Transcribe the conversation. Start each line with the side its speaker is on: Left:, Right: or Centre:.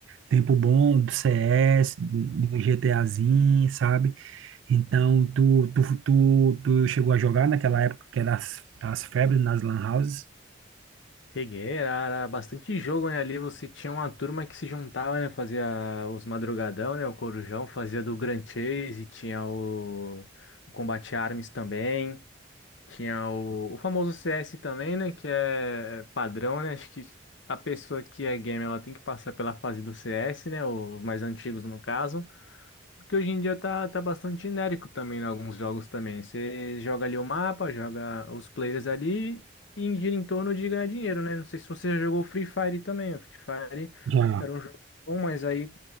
Right: Tempo bom do CS, do do GTAzinho, sabe? Então, tu, tu, tu, tu chegou a jogar naquela época que era as, as febres nas lan houses?
Left: Cheguei, era, era bastante jogo, né? Ali você tinha uma turma que se juntava, né? Fazia os madrugadão, né? O Corujão fazia do Grand Chase, tinha o, o Combate Arms também, tinha o, o famoso CS também, né? Que é é padrão, né? Acho que a pessoa que é gamer, ela tem que passar pela fase do CS, né? Os mais antigos, no caso. Porque hoje em dia tá, tá bastante genérico também em alguns jogos também. Você joga ali o mapa, joga os players ali e gira em torno de ganhar dinheiro, né? Não sei se você já jogou Free Fire também. O Free Fire
Right: Já.
Left: era um jogo bom, mas aí